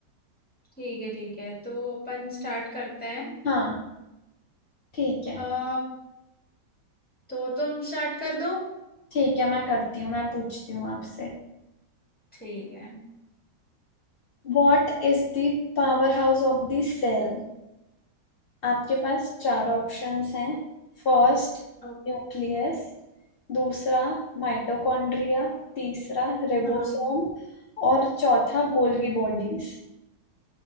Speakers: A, in the centre; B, on the left.
A: ठीक है ठीक है तो अपन स्टार्ट करते हैं
B: हाँ ठीक है
A: अ, तो तुम स्टार्ट कर दो
B: ठीक है मैं करती हूँ मैं पूछती हूँ आपसे
A: ठीक है
B: What is the power house of the cell आपके पास चार ऑप्शंस हैं फर्स्ट
A: ओ,
B: न्यूक्लियस दूसरा माइटोकॉन्ड्रिया तीसरा रिबोसोम
A: हाँ
B: और चौथा गोल्गी बॉडीज